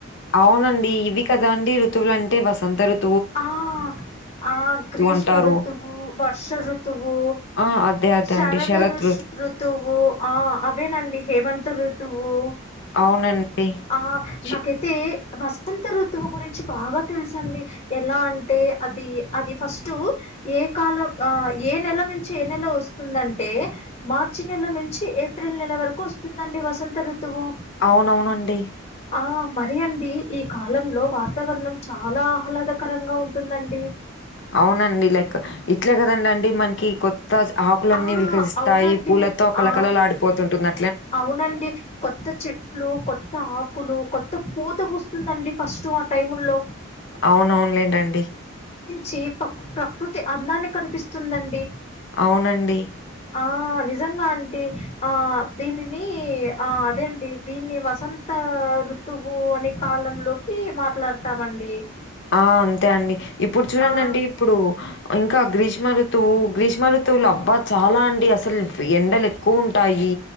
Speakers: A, on the left (about 60°); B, on the left (about 30°).
A: అవునండి ఇవి కదాండి ఋతువులంటే వసంత ఋతు
B: ఆ ఆ గ్రీష్మ
A: అంటారు.
B: ఋతువు, వర్ష ఋతువు
A: ఆ! అదే అదే
B: శరద
A: అండి. శరత్
B: ఋష్ ఋతువు ఆ అవేనండి హేమంత్ ఋతువు
A: అవునండి
B: ఆ
A: షి
B: నాకైతే వసంత ఋతువు గురించి బాగా తెలుస అండి ఎలా అంటే అది అది ఫస్ట్ ఏ కాలం ఏ నెల నుంచి ఏ నెల వస్తుందంటే మార్చి నెల నుంచి చి ఏప్రిల్ నెల వరకు వస్తుందండి వసంత ఋతువు
A: అవునవునండి.
B: ఆ మరి అండి ఈ కాలంలో వాతావరణం చాలా ఆహ్లాదకరంగా ఉంటుంది అండి
A: అవునండి లైక్ ఇట్లే కదండడి అండి మనకి కొ ఆకులన్నీ
B: ఆ!
A: వికసిస్తాయి
B: అవునండి.
A: పూలతో కలకలలు
B: ఆ!
A: ఆడిపోతుంటున్న
B: అవునండి కొత్త చెట్లు కొ కొత్త ఆకులు కొత్త పూత వస్తుందండి ఫస్ట్ ఆ టైము లో
A: అవునవునులేంటండి
B: చేపక్ ప్రకృతి అందాన్ని కనిపిస్తుందండి
A: అవునండి
B: ఆ నిజంగా అంత ఆ దీనిని ఆ అదే అండి దీన్ని వసంత ఋతువు అనే కాలంలోకి మాట్లాడతామండి
A: ఆ అంతే అండి ఇప్పుడు చూడండి
B: ఆ
A: ఇప్పుడు ఇంకా గ్రీష్మ ఋతువు గ్రీష్మ ఋతు తులభ చాలా అండి అసలు ఎండలు ఎక్కువ ఉంటాయి